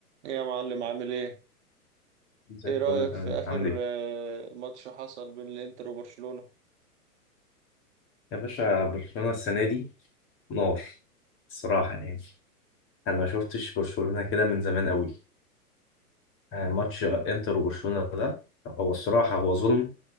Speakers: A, on the right (about 45°); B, on the left (about 25°).
A: ايه يا معلم عامل ايه؟
B: زي
A: ايه
B: الفل
A: رأيك
B: تمام
A: في آخر
B: انت عامل ايه؟
A: آه، ماتش حصل بين الانتر وبرشلونة؟
B: يا باشا برشلونة السنة دي نار الصراحة يعني أنا ما شفتش برشلونة كده من زمان قوي يعني ماتش
A: بد-
B: إنتر وبرشلونة ده هو الصراحة هو ظلم